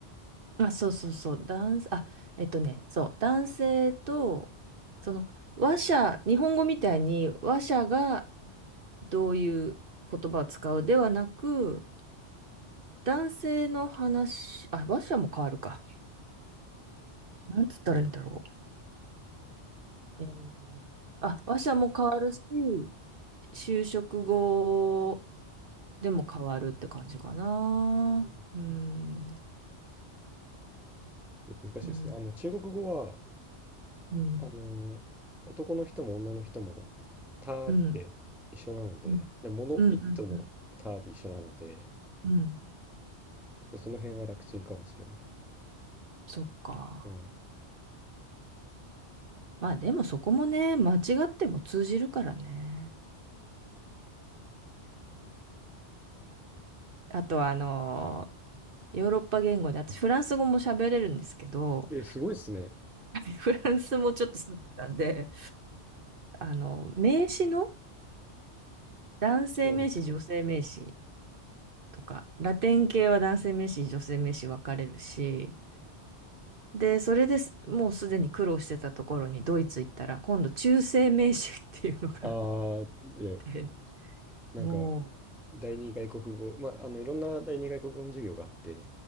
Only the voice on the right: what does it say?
あ、そうそうそう、男、あ、えっとね、そう、男性と、その、話者、日本語みたいに話者がどういう言葉を使うではなく、男性の話、あ、話者も変わるか。なんつったらいいんだろう。えーあ、話者も変わるし、就職後でも変わるって感じかな。
うん、
うん、
うん、
うん、うん、
うん、うん、うん、うん
そっか。
まあでもそこもね、間違っても通じるからね。あとはあのーヨーロッパ言語で、私フランス語も喋れるんですけど、
<laughs> フランスもちょっと住んでたんで、あの、名詞の男性名詞、
女性名詞とか、ラテン系は男性名詞、女性名詞分かれるし、で、それですもうすでに苦労してたところにドイツ行ったら、今度中性名詞っていうのがあ
って、
も